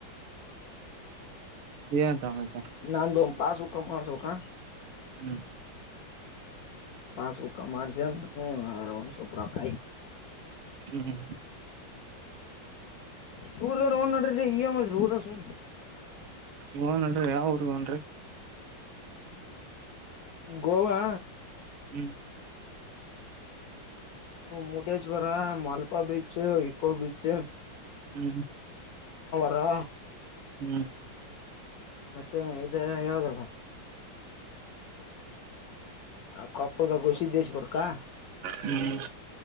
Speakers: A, on the right; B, on the left.
A: ಏನ್ ತ
B: ನಂದು ಪೊಕ ಅಠ ಸೊಕ
A: ಹ್ಮ
B: ಪಾಸ್ ಬು ಕ ಮಾಡಾರ್ಸ ಹ ಅ ಒಪ ಕ
A: ಹ್ಮ್
B: ಟೂರ್ಗ ಹೋ್ ನಡ್ರಿ ಈ ಮಾಡದಿ ಊರ ಸುನ್
A: ಹ್ನನ್ರರಿ ಯಾವ್ರ ಹನ್ರಿ
B: ಗೋವಾ
A: ಹ್ಮ್
B: Murudeshwar Malpe beach eco beach
A: ಹ್ಮ್
B: ತ್ರೇ
A: ಹ್ಮ್
B: ಮತ್ತೆ ಇ ಯಾವ್ದಲ್ಲ ಆ ಕಪ್ಪಡದ ಗುಸಿದ್ದೇಶ ಪ್ರಕಾರ
A: ಹ್ಮ್